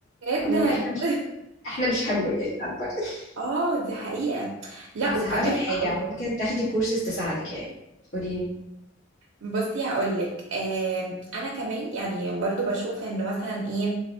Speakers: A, on the right (about 80°); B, on the left (about 75°).
A: جدا
B: أم، احنا مش
A: <laughs>
B: احنا مش حمله يعني عارفة <laughs>
A: اه دي حقيقة لا
B: بس
A: وكمان
B: هقولك حاجة
A: هقول
B: ممكن تاخدي كورسز تساعدك يعني قوليلي
A: بصي هقولك آه انا كمان يعني برضو بشوف انه مثلا ايه